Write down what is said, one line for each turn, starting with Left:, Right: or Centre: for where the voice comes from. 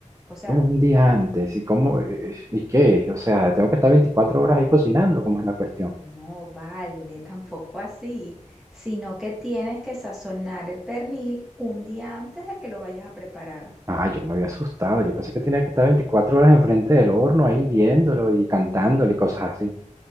Centre: O sea,
Right: Un día antes, ¿y cómo? eh, ¿Y qué? O sea, tengo que estar 24 horas ahí cocinando, ¿cómo es la cuestión?
Centre: No vale, <laughs> tampoco así, sino que tienes que sazonar el pernil un día antes de que lo vayas a preparar.
Right: Ah, yo me había asustado, yo pensé que tenía que estar 24 horas enfrente del horno ahí viéndolo y cantándolo y cosas así.